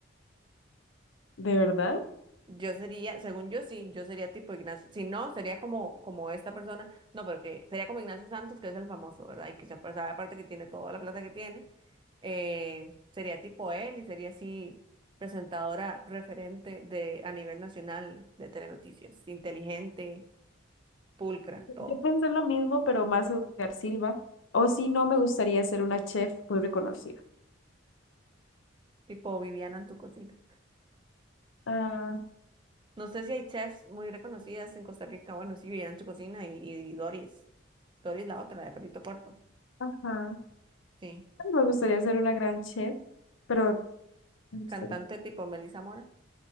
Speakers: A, on the left; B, on the right.
A: de verdad.
B: Yo sería, según yo sí, yo sería tipo Ignacio. Si no, sería como, como esta persona. No, pero que sería como Ignacio Santos, que es el famoso, ¿verdad? Y que se apare- sabe aparte que tiene toda la plata que tiene. eh, sería tipo él y sería así presentadora referente de a nivel nacional de Telenoticias. Inteligente, pulcra, todo.
A: Yo pensé lo mismo, pero más Edgar Silva. O si no, me gustaría ser una chef muy reconocida.
B: Tipo Viviana en tu cocina.
A: Ah,
B: No sé si hay chefs muy reconocidas en Costa Rica. Bueno, sí, Viviana en tu cocina y, y Doris. Doris la otra, la de pelito corto.
A: ajá.
B: Sí.
A: Me gustaría ser una gran chef, pero me gustaría-
B: cantante tipo Melissa Mora.